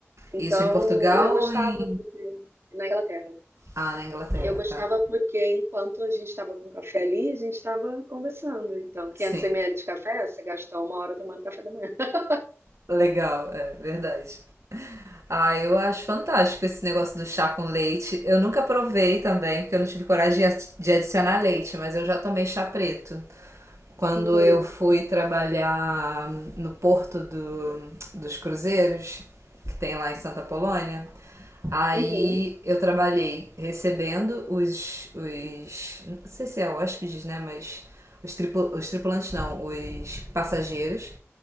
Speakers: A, on the right; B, on the right.
A: Então,
B: Isso em Portugal
A: eu gostava,
B: ou em.
A: porque na Inglaterra.
B: Ah, na Inglaterra,
A: Eu gostava
B: tá.
A: porque enquanto a gente estava com café ali, a gente estava conversando. Então, 500
B: Sim,
A: ml de café, você gastou uma hora tomando café da manhã. <laughs>
B: legal, é verdade. Ah, eu acho fantástico esse negócio do chá com leite. Eu nunca provei também, porque eu não tive coragem de ad- de adicionar leite, mas eu já tomei chá preto. quando
A: Uhum.
B: eu fui trabalhar no porto do, dos cruzeiros, que tem lá em Santa Polônia, aí
A: Uhum.
B: eu trabalhei recebendo os. os não sei se é hóspedes, né? Mas os, tripu, os tripulantes não, os passageiros.